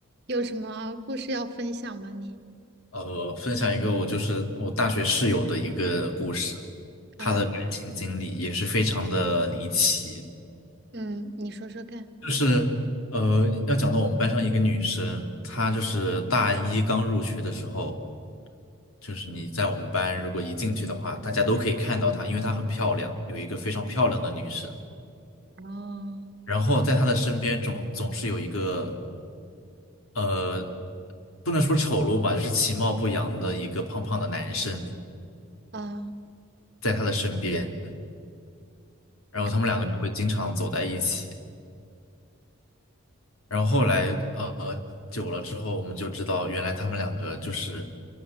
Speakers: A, on the right; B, on the left.
A: 有什么故事要分享吗？你，
B: 呃，分享一个我就是我大学室友的一个故事，
A: 嗯
B: 她的感情经历也是非常的离奇。
A: 嗯，你说说看。
B: 就是呃，要讲到我们班上一个女生，她就是大一刚入学的时候，就是你在我们班如果一进去的话，大家都可以看到她，因为她很漂亮，有一个非常漂亮的女生。
A: 哦，
B: 然后在她的身边总总是有一个呃，不能说丑陋吧，就是其貌不扬的一个胖胖的男生
A: 嗯，
B: 在她的身边。然后他们两个就会经常走在一起。
A: 然
B: 然后后来呃久了之后，我们就知道原来他们两个就是